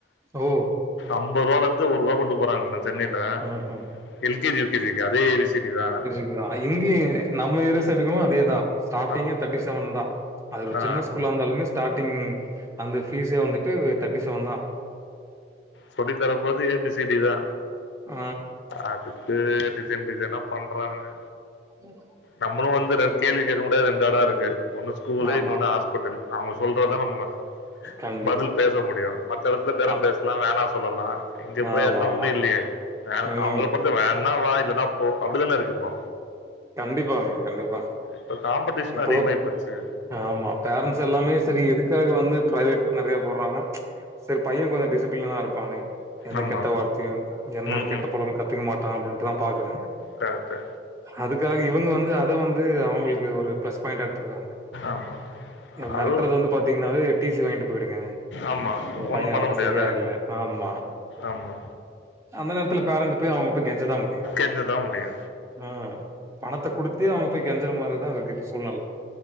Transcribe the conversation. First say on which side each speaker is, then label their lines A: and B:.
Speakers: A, on the right (about 15°); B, on the left (about 80°).
A: ஓ!
B: அம்பது ருவால இருந்து ஒரு ருவா கொண்டு போறாங்க சென்னைல
A: ம்ஹ்ம்.
B: L K G U K G அதே ஏவி சிட்டி தா
A: எர்யா இங்க நம்ம ஏர்யா சைடுக்கு அதேதா ஸ்டாரிங்கே
B: அப்
A: தேர்டி செவன் தா அது
B: ஆ
A: சின்ன ஸ்கூல் லா இருந்தாலுமே ஸ்டார்டிங் அந்த பீஸ்சே வந்துட்டு தேர்ட்டி செவன்தா
B: சொல்லி தரபோறது ஏ பி சி டி தா
A: அ
B: அதுக்கு டிசைன் டிசைனா பண்றானுங்க
A: ம்
B: நம்மளு வந்து ரெ கேள்வி கேட்க முடியாது ரெண்டு எடோ இருக்கு ஒன்னு ஸ்கூல்லு
A: ஆமா.
B: இன்னொன்னு ஹாஸ்பிட்டல் அவுங்க சொல்றதா நம்ம
A: கண்டிப்பா.
B: பதில் பேச முடியு மத்த எடத்துல பேற
A: அப்
B: பேச்லா வேணா இங்க போய்யாச்சுனா
A: ஆமாமா.
B: ஒண்ணு இல்லையே வே
A: ம்.
B: அவுங்கள பொறுத்த வேனா வா இல்லன்னா போ அப்டிதானே இருக்கு இப்போ
A: கண்டிப்பாங்க கண்டிப்பா
B: இப்ப காம்படிஷன்
A: இப்போ
B: அதிகமாயி போச்சு
A: ஆமா பேரண்ட்ஸ் எல்லாமே சரி எதுக்காக வந்து பிரைவேட் நெறைய போட்றாங்க சரி பைய கொஞ்சோ டிசிப்ளினா இருப்பான்னே எந்த
B: ஆமா
A: கெட்ட வார்த்தையு எந்த
B: ம்
A: ஒரு கெட்ட
B: ம்
A: பழக்கமு கத்துக்க மாட்டா அப்படின்ட்டுதா பாக்குறாங்க
B: கரைட்டு
A: அதுக்காக இவுங்க வந்து அத வந்து அவுங்கள்க்கு ஒரு பிளஸ் பாயிண்ட்டா எடுத்துக்குறாங்க
B: ஆமா
A: மெரட்றது
B: அது
A: வந்து பாத்திங்ன்னாவே டீசி வாங்கிட்டு பொய்டுங்க
B: ஆமா
A: உங்க
B: ஒண்ணும்
A: பைய
B: பண்ண முடியாது
A: சரியா இல்ல ஆமா
B: ஆமா
A: அந்த நேரத்துல பேரண்ட் போய் அவுங்க போய் கெஞ்சதா முடியு
B: கெஞ்தா முடியு
A: ஆ பணத்த குடுத்து அவங்க போய் கெஞ்சற மாரிதா இருக்கு இப்ப சூழ்நில